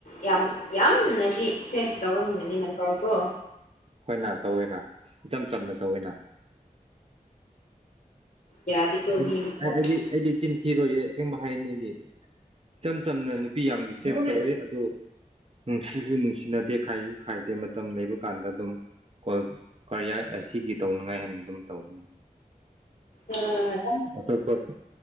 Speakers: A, on the left; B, on the right.
A: ꯌꯥꯝ ꯌꯥꯝꯅꯗꯤ ꯁꯦꯐ ꯇꯧꯔꯝꯒꯅꯤ ꯅꯝꯕꯔ ꯀꯣ
B: ꯍꯣꯏꯅ ꯇꯧꯋꯦꯅ ꯏꯆꯝ ꯆꯝꯅ ꯇꯧꯋꯦꯅ
A: ꯌꯥꯗꯦꯀꯣ
B: ꯑꯩꯗꯤ
A: ꯃꯤ ꯃꯆꯥꯗꯤ
B: ꯑꯩ ꯑꯩꯗꯤ ꯑꯩꯗꯤ ꯆꯤꯟꯊꯤꯔꯣꯏꯑꯦ ꯑꯁꯦꯡꯕ ꯍꯥꯏꯅꯤ ꯑꯩꯗꯤ ꯏꯆꯝ ꯆꯝꯅ ꯅꯨꯄꯤ ꯌꯥꯝꯒꯤ ꯁꯦꯞ ꯇꯧꯋꯤ ꯑꯗꯨ ꯅꯨꯡꯁꯤꯁꯨ ꯅꯨꯡꯁꯤꯅꯗꯦ ꯈꯥꯏꯁꯨ ꯈꯥꯏꯗꯦ ꯃꯇꯝ ꯂꯩꯕ ꯀꯥꯟꯗ ꯑꯗꯨꯝ ꯀꯣꯜ ꯀꯔꯤꯌꯥꯏ ꯑꯁꯤꯒꯤ ꯇꯧꯅꯤꯡꯉꯥꯏ ꯍꯥꯏꯅ ꯑꯗꯨꯝ ꯇꯧꯕꯅꯦ
A: ꯑꯥ
B: ꯑꯇꯣꯞꯄ